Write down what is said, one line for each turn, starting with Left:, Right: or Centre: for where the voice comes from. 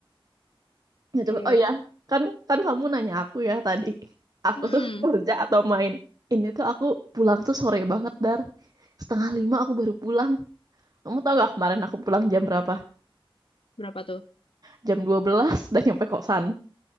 Left: Oke.
Right: ya coba oh ya kan kan kamu nanya aku ya tadi aku
Left: Mm-mm,
Right: tuh <laughs> kerja atau main ini tuh aku pulang tuh sore banget dar setengah lima aku baru pulang kamu tau gak kemarin aku pulang jam berapa
Left: Berapa tuh?
Right: jam dua belas dan nyampe kosan